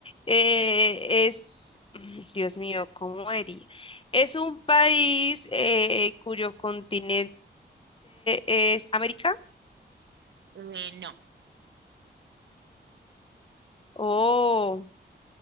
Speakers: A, on the left (about 30°); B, on the right (about 85°).
A: eh,
B: Sí.
A: es, <clears throat> mm, Dios mío, ¿cómo haría? Es un país eh, cuyo continente es América.
B: Eh, no,
A: Oh,